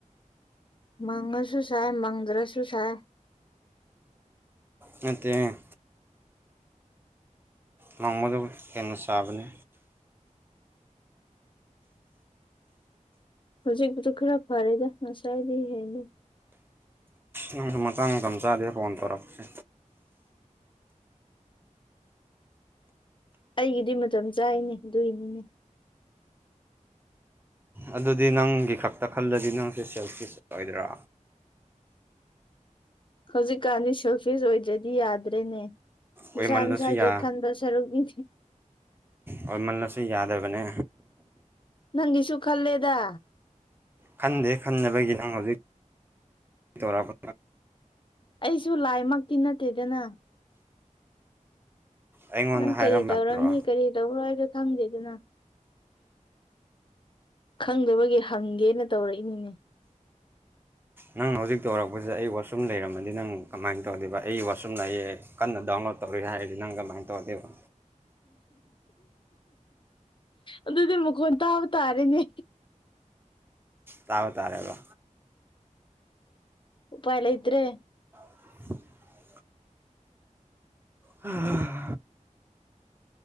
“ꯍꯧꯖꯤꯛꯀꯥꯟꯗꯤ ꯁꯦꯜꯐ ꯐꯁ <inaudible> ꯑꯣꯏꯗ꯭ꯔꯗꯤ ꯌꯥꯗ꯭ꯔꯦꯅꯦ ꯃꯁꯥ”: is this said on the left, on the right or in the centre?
Left